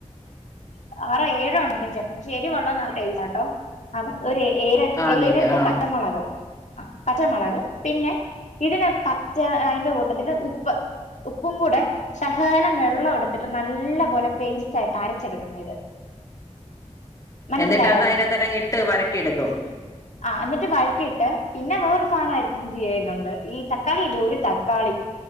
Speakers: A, on the left; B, on the left.
A: ആറൊ ഏഴാണേലു ചേർക്ക പക്ഷെ എരിവുള്ള നല്ല ടേസ്റ്റ ട്ടൊ ഒര് ഏഴ
B: ആന്നില്ല
A: ഏഴട്ട്
B: ആ
A: പച്ചമുളക് ആഹ് പച്ചമുളക് പിന്നെ ഇതിന് പച്ചാ അതിന്റെ കൂട്ടത്തില് ഉപ്പ് ഉപ്പും കൂടെ ശഹലം വെള്ളം എടുത്തിട്ട് നല്ല പോലെ പെയ്സ്റ്റായിട്ട് അരച്ചെടുക്കണം ഇത് മനസ്സിലായോ
B: എന്നിട്ട് അത് അതിനകത്താട്ടങ്ങ് ഇട്ട് വരട്ടിയെടുക്കും
A: ആഹ് എന്നിട്ട് വഴറ്റിയിട്ട് പിന്ന വേറൊരു സാധനം ആഹ് ഇത് ചെയ്യുന്നുണ്ട് ഈ തക്കാളി ഇല്ലെ ഒര് തക്കാളി